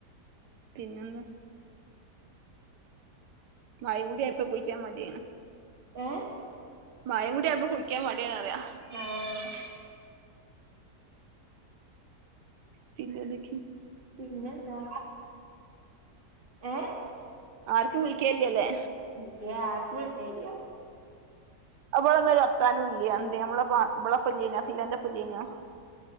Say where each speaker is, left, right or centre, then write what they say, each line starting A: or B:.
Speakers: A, on the right; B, on the right.
A: പിന്നെ എന്താ മഴ കൂടി ആയപ്പൊ കുളിക്കാൻ മടിയാണ്
B: ഏഹ്
A: മഴ കൂടി ആയപ്പോ കുളിക്കാൻ മടിയാണ് പറയാ
B: ആഹ്
A: പിന്നെ എന്തൊക്കെ
B: പിന്നെന്താ ഏ
A: ആർക്കും വിളിക്കലില്ലല്ലേ
B: ഇല്ല ആർക്കും വിളികലില്ല
A: അവളൊന്നും വർത്താനും ഇല്ല എന്ത് <unintelligible> ഫസീലാന്റെ ഒപ്പം ഇല്ലായ്‌നോ